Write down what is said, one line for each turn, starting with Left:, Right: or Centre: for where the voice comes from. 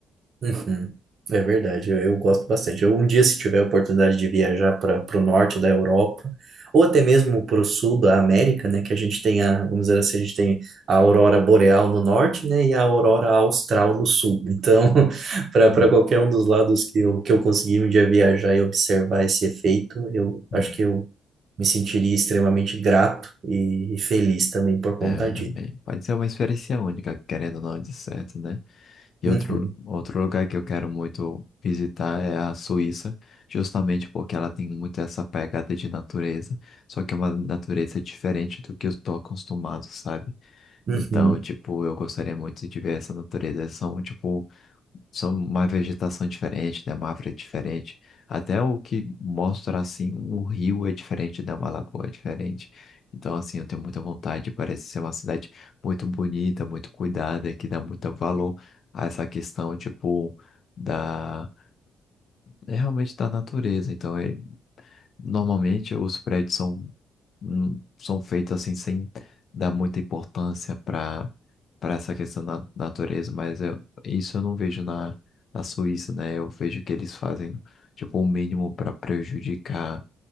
Right: Uhum. É verdade, eu, eu gosto bastante. Eu, um dia, se tiver a oportunidade de viajar para o norte da Europa, ou até mesmo para o sul da América, né, que a gente tem a, vamos dizer assim, a gente tem a aurora boreal no norte, né, e a aurora austral no sul. Então, <laughs> para
Left: Hum.
Right: para qualquer um dos lados que eu, que eu conseguir um dia viajar e observar esse efeito, eu
Left: Hum.
Right: acho que eu me sentiria extremamente grato e, e feliz também por conta
Left: Também.
Right: disso.
Left: Pode ser uma experiência única, querendo ou não, de certo, né? E
Right: Uhum,
Left: outro, outro lugar que eu quero muito visitar é a Suíça, justamente porque ela tem muito essa pegada de natureza, só que é uma natureza diferente do que eu estou acostumado, sabe?
Right: uhum,
Left: Então, tipo, eu gostaria muito de ver essa natureza. São, tipo, são uma vegetação diferente, né? Uma árvore diferente. Até o que mostra assim, o rio é diferente, né? Uma lagoa é diferente. Então, assim, eu tenho muita vontade. Parece ser uma cidade muito bonita, muito cuidada, que dá muito valor a essa questão, tipo, da. é Realmente da natureza. Então, é Normalmente os prédios são, hum, são feitos assim sem dar muita importância para para essa questão da natureza, mas eu, isso eu não vejo na, na Suíça, né? Eu vejo que eles fazem tipo o mínimo para prejudicar